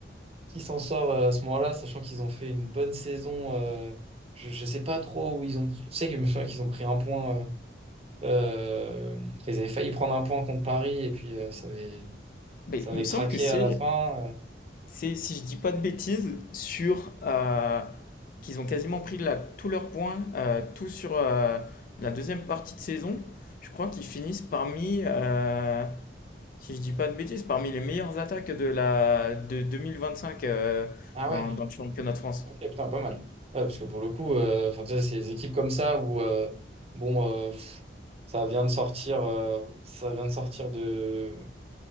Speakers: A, on the right; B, on the left.
A: qui s'en sort euh, à ce moment-là, sachant qu'ils ont fait une bonne saison. euh, je, je sais pas trop où ils ont, je sais que je me souviens qu'ils ont pris un point. euh, Euh, ils avaient failli prendre un point contre Paris et puis euh, ça avait,
B: Mais
A: ça
B: il
A: avait
B: me semble
A: craqué
B: que c'est
A: à la fin. euh.
B: C'est, si je dis pas de bêtises, sur euh, qu'ils ont quasiment pris là, tous leurs points, euh, tout sur euh, la deuxième partie de saison. Je crois qu'ils finissent parmi, euh, si je dis pas de bêtises, parmi les meilleures attaques de la de 2025 euh,
A: Ah
B: dans,
A: ouais,
B: dans le championnat de France.
A: ok, putain, pas mal. Ouais, parce que pour le coup, euh, enfin, tu sais, ces équipes comme ça où euh, bon, euh, pff, ça vient de sortir, euh, ça vient de sortir de,